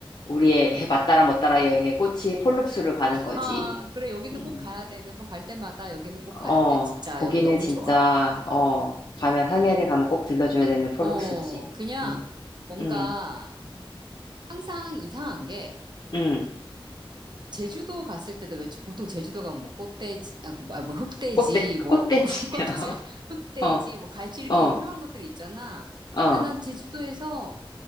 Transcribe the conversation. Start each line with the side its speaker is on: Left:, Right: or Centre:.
Left: 우리의 <laughs> 맞다라 못다라 여행의 꽃이 폴룩스를 가는 거지.
Right: 아, 그래, 여기는
Left: 음,
Right: 꼭 가야 돼. 매번 갈 때마다 여기는 꼭 가야
Left: 어,
Right: 돼. 진짜,
Left: 거기는
Right: 여기 너무
Left: 진짜
Right: 좋아.
Left: 어 가면 항해를 가면 꼭 들러줘야 되는 폴룩스지.
Right: 어, 그냥,
Left: 음,
Right: 뭔가,
Left: 음,
Right: 항상 이상한 게,
Left: 음,
Right: 제주도 갔을 때도 왜 보통 제주도 가면 뭐 꽃돼지 아, 그 뭐, 아, 뭐 흑돼지
Left: 꽃대,
Right: 뭐
Left: 꽃대지.
Right: <laughs> 어,
Left: <laughs>
Right: 꽃돼지 아니, 흑돼지
Left: 어,
Right: 뭐 갈치 이렇게
Left: 어,
Right: 유명한 것들이 있잖아.
Left: 어,
Right: 근데 난 제주도에서